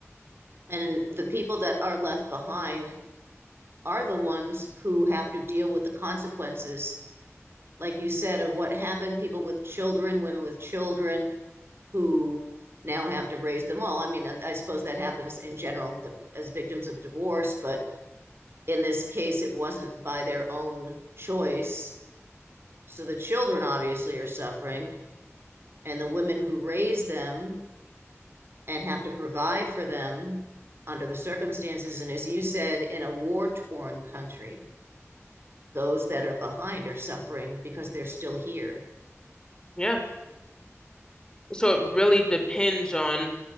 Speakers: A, on the right; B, on the left.
A: and the people that are left behind are the ones who have to deal with the consequences, like you said, of what happened, people with children, women with children who now have to raise them all. I mean, I suppose that happens in general as victims of divorce, but in this case, it wasn't by their own choice. So the children obviously are suffering, and the women who raise them and have to provide for them under the circumstances. And as you said, in a war torn country, those that are behind are suffering because they're still here.
B: Yeah. So it really depends on